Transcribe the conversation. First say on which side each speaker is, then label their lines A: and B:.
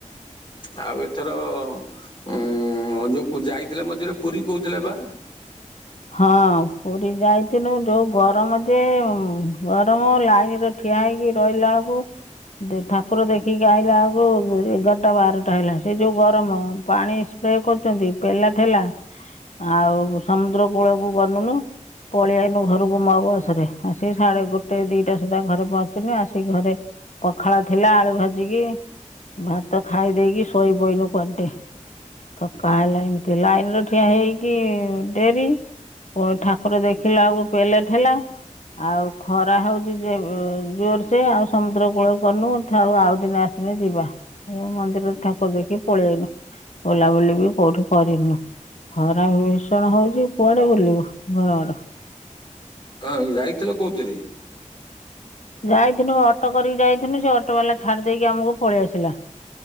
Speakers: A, on the left (about 35°); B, on the left (about 65°).
A: ଆଉ ଏଥର ଉଁ ଯୋଉ କୁ ଯାଇଥିଲେ ମଝିରେ ପୁରୀ କହୁଥିଲେ ବା
B: ହଁ ପୁରୀ ଯାଇଥିଲୁ ଯୋଉ ଗରମ ଯେ ଗରମ ଲାଇନରେ ଠିଆ ହେଇକି ରହିଲା ବେଳକୁ ଦେ ଠାକୁର ଦେଖିକି ଆଇଲା ବେଳକୁ ଏଗାରଟା ବାରଟା ହେଲା ସେ ଯୋଉ ଗରମ ପାଣି ସ୍ପ୍ରେ କରୁଛନ୍ତି ପେଲା ଠେଲା ଆଉ ସମୁଦ୍ର କୂଳକୁ ଗଲୁନୁ ପଳେଇଆଇନୁ ଘରକୁ ମୋ ବସରେ ଆସିିକି ସାଢ଼େ ଗୋଟେ ଦିଟା ସୁଦ୍ଧା ଘରେ ପହଞ୍ଚିନି ଆସିକି ଘରେ ପଖାଳ ଥିଲା ଆଳୁ ଭାଜିକି ଭାତ ଖାଇ ଦେଇକି ଶୋଇ ବୋଇନୁ କରିଡ଼େ ଥକା ହେଲା ଏମିତି ଲାଇନ୍ର ଠିଆ ହେଇକି ଡେରି ପୁଣି ଠାକୁର ଦେଖିଲା ବେଳକୁ ପେଲା ଠେଲା ଆଉ ଖରା ହଉଛି ଜେ ଜୋର ସେ ଆଉ ସମୁଦ୍ର କୂଳ କରିନୁ ଥାଉ ଆଉ ଦିନ ଆସିନେ ଯିବା ମନ୍ଦିରରେ ଠାକୁର ଦେଖିକି ପଳେଇାଇନୁ ବୁଲାବୁଲି ବି କୋଉଠି କରିନୁ ଖରା ବି ଭୀଷଣ ହଉଛି କୁଆଡେ ବୁଲିବୁ ଘରଡ
A: ହଁ ଯାଇଥିଲ କହୁଥିରେ?
B: ଯାଇଥିଲୁ ଅଟୋ କରିକି ଯାଇଥିଲୁ ସେ ଅଟୋ ବାଲା ଛାଡି ଦେଇକି ଆମକୁ ପଳେଇ ଆସିଲା